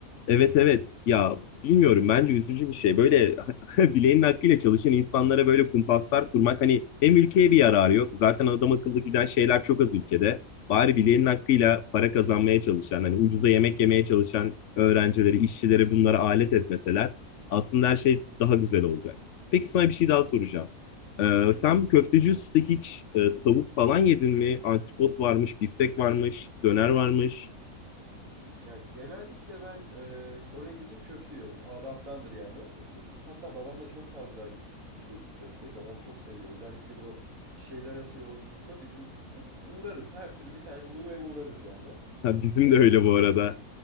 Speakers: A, on the left (about 65°); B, on the right (about 65°).
A: evet evet ya bilmiyorum bence üzücü bir şey. Böyle <laughs> bileğinin hakkıyla çalışan insanlara böyle kumpaslar kurmak hani hem ülkeye bir yararı yok. Zaten adam akıllı giden şeyler çok az ülkede. Bari bileğinin hakkıyla para kazanmaya çalışan hani ucuza yemek yemeye çalışan öğrencileri, işçileri bunlara alet etmeseler aslında her şey daha güzel olacak. Peki sana bir şey daha soracağım. Ee,
B: Buyur.
A: sen köfteci usta hiç e, tavuk falan yedin mi? Antrikot varmış, biftek varmış, döner varmış.
B: Ya genellikle ben e, oraya gidince köfte yiyorum. Adaptandır yani o. Hatta babamla çok fazla gidip yedik köfteyi. Babam çok seviyor. Özellikle bu şehirler arası yolculukta bizim u- uğrarız. Her türlü bir tane bulur ve uğrarız yani.
A: <laughs> Ha, bizim
B: E,
A: de öyle bu arada.